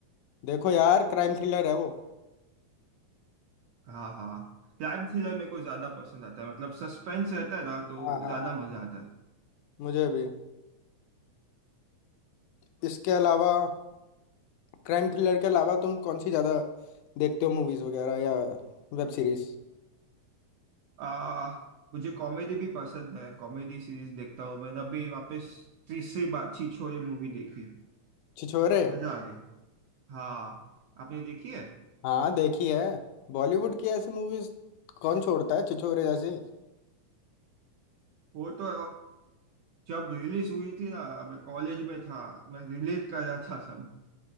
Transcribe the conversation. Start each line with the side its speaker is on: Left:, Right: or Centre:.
Left: देखो यार क्राइम थ्रिलर है वो
Right: हाँ हाँ क्राइम थ्रिलर मेरे को ज्यादा पसंद आता है मतलब सस्पेंस रहता है ना तो
Left: हाँ हाँ
Right: ज्यादा मजा आता है
Left: मुझे भी इसके अलावा क्राइम थ्रिलर के अलावा तुम कौन सी ज़्यादा देखते हो मूवीज़ वगैरह या वेब सीरीज
Right: आ, मुझे कॉमेडी भी पसंद है कॉमेडी सीरीज देखता हूँ मैंने अभी वापस तीसरी बार छीछोरे ये मूवी देखी
Left: छिछोरे
Right: मजा आ गया हाँ आपने देखी है
Left: हाँ देखी है बॉलीवुड की ऐसी मूवीज़ कौन छोड़ता है छिछोरे जैसी
Right: वो तो जब रिलीज हुई थी ना मैं कॉलेज में था मैं रिलेट कर रहा था सब